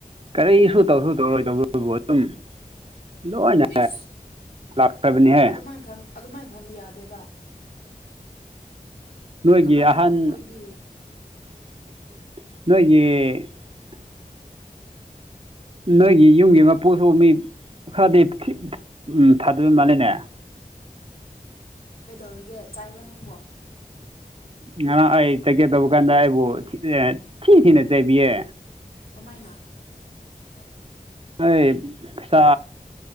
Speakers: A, on the right (about 40°); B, on the left (about 90°).
A: ꯀꯔꯤ ꯁ ꯇꯧ ꯁ ꯇꯧꯔ ꯇ ꯑꯗꯨꯈꯣꯏꯕꯨ ꯑꯗꯨꯝ ꯂꯣꯏꯅ
B: ꯏꯁ
A: ꯂꯥꯛꯇꯕꯅꯤꯍꯦ
B: ꯑꯗꯨꯃꯥꯏꯅ ꯈꯟ ꯑꯗꯨꯃꯥꯏꯅ ꯈꯟꯕ ꯌꯥꯗꯦꯗ
A: ꯅꯣꯏꯒꯤ
B: ꯀꯅꯥꯈꯥꯡ
A: ꯑꯍꯟ
B: ꯃꯣꯏꯗꯤ
A: ꯅꯣꯏꯒꯤ ꯅꯣꯏꯒꯤ ꯌꯨꯝꯒꯤ ꯑꯃ ꯄꯣꯠꯊꯣꯛꯑ ꯃꯤ ꯑꯣ ꯈꯗꯤꯩ ꯎꯝ ꯊꯥꯗꯕ ꯃꯥꯂꯦꯅꯦ
B: ꯀꯩꯗꯧꯔꯤꯒꯦ ꯆꯥꯏꯕ꯭ꯔꯥ ꯅꯪꯕꯣ
A: ꯉ ꯑꯩ ꯆꯠꯀꯦ ꯇꯧꯕ ꯀꯥꯟꯗ ꯑꯩꯕꯨ ꯊꯤ ꯊꯤꯅ ꯆꯩꯥꯏꯕꯤꯌꯦ
B: ꯀꯃꯥꯏꯅ <inaudible>
A: ꯑꯦ ꯄꯩꯁꯥ